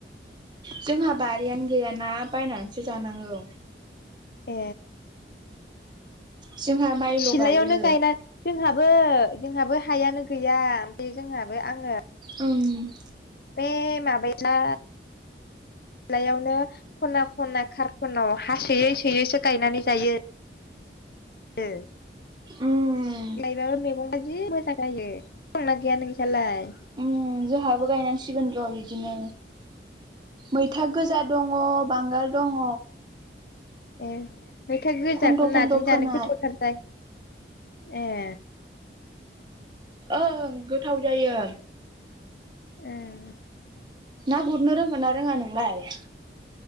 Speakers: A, on the right; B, on the left.
A: जोंहा बा रियानो गैयाना बायनानैसो जानांगौ
B: ए
A: जोंहा माइल'
B: सिलायावनो
A: गायो
B: गायना जोंहा बो जोंहाबो हायानो गैया ओमफ्राय जोंहाबो आङो
A: ओं
B: बे माबाया बिलायावनो खना खना कार्टनाव हा सोयै सोयैसो गायनानै जायो ए
A: उम
B: गायबाबो मैगं बाददि मोजां जायो दंना गैया नोंस्रालाय
A: उम जोंहाबो गायनांसिगोन र' बिदिनो मैथा गोजा दङ बांगाल दङ
B: ए मैथा गोजाखौ
A: खन्द' खन्द'
B: नाजों जानो
A: फोनाय
B: गोथावथार जाय ए
A: ओं गोथाव जायो
B: ए
A: ना गुरनो रोंगोन ना रोङा नोंलाय